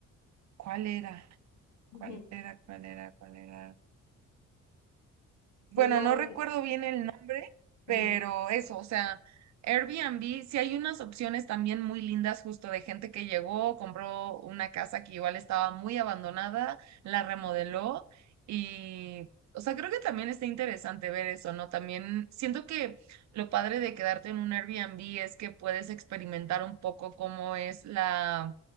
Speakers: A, on the right (about 65°); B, on the left (about 75°).
A: ¿Cuál era?
B: <laughs>
A: ¿Cuál era? ¿Cuál era? ¿Cuál era? Bueno,
B: Sigo
A: no
B: un...
A: recuerdo bien el nombre, pero
B: ujú.
A: eso, o sea, Airbnb, sí hay unas opciones también muy lindas justo de gente que llegó, compró una casa que igual estaba muy abandonada, la remodeló y, o sea, creo que también está interesante ver eso, ¿no? También siento que lo padre de quedarte en un Airbnb es que puedes experimentar un poco cómo es la...